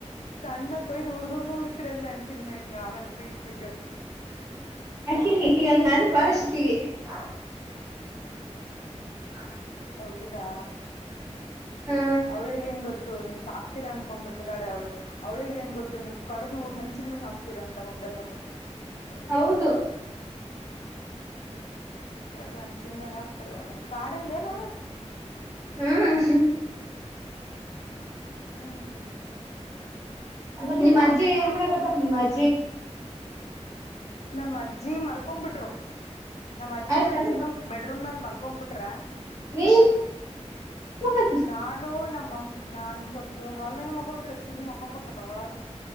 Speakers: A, on the left; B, on the right.
A: ಸಣ್ಣ ಕೊಯ್ದು ಉರುದರ್ ಉರಿತಿರಂದೆನ್ ಚಿನ್ಮ ಆಮೇಲೆ ಪಿಗ ಪಿಗ ಅಂದ
B: ಹ ಚ ಚಗ ನ ಬಳತೀವಿ <inaudible> ಅ
A: ಹೌದಾ
B: ಹಾ
A: ಅವಳಿಗೆೇನ್ ಗೊತ್ತು ನೀವು ಸಾಕ್ತಿರಾ ಅನ್ಕೊಂಡ್ಬ ಬಿಟ್ಟಿದ್ದಾಳ ಅವಳು ಅವಳಿಗೆ ಏನ್ ಗೊತ್ತು ನೀವು ಕಡದು ಹಂಚಿನ ಮಗ್ ಹಾಕ್ತಿರ ಅಂತ ಒಂದಂದು ಎಲ್ಲ ಒಂದಿನ
B: ಹೌದು
A: ಕಡ್ದ ಅಂದಚಿನ್ ಮ್ಯಾಗ ಆಗ್ತಾರವ ನೀವು ಕಾಡಂದ ಏನ
B: ಹ್ಮ್
A: ಹ್ಮ್ ಹ್ಮ್
B: ನಿ ಅಜ್ಜಿ ಏಂದ ಗತ್ತ ನಿಮ್ಮ್ ಅಜ್ಜಿ
A: ನಮ್ಮ್ ಅಜ್ಜಿ ಮಲ್ಕೊಂಬಿಟ್ರು ನಮ್ಮ್ ಅಜ್ಜಿ
B: ಆಯ್ತಾನ
A: ನಮ್ ಚಿನ್ನು ಬೆಡ್ರೂಮ್ ನಲ್ ಮಲ್ಕೊಂಬಿಟ್ರ
B: ನೀ ಏನ್ ಮಾಡಕತ್ತಿ
A: ನಾನು ನಮ್ಮ ನಾನ್ ಸ್ವಲ್ಪ್ ಇವ ಹಾನಾಗ ಮಕೊಬೇಕ ಚಿನ್ನಿ ಮಕೊಂಬಟ್ಲ ಕಡೊಳಗ